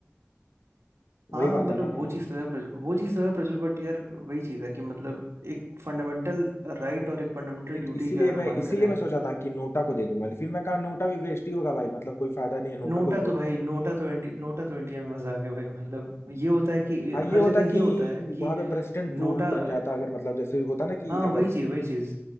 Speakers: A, on the right; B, on the left.
A: हाँ
B: वही बात
A: मतलब
B: है ना
A: वो चीज़ तो है प्रज, वो चीज़ तो है प्रज्वल बट यार वही चीज़ है कि मतलब एक फंडामेंटल राइट और एक फंडामेंटल
B: नहीं
A: ड्यूटी
B: तो इसीलिए
A: की अगर
B: मैं
A: हम बात
B: इसीलिए
A: करें
B: मैं सोचा था कि नोटा को दे दूंगा लेकिन फिर मैं कहा नोटा भी वेस्ट ही होगा भाई मतलब कोई फायदा नहीं है नोटा
A: नोटा
B: को ही
A: तो
B: वोट
A: भाई नोटा तो इंडिया नोटा तो इंडिया में मजाक है भाई मतलब ये होता है कि
B: हाँ ये
A: हर
B: होता
A: जगह
B: कि
A: ये होता है कि
B: वहां पे प्रेसिडेंट
A: नोटा
B: रूल बन जाता अगर मतलब जैसे होता ना कि
A: हाँ
B: अगर
A: वही चीज़ वही चीज़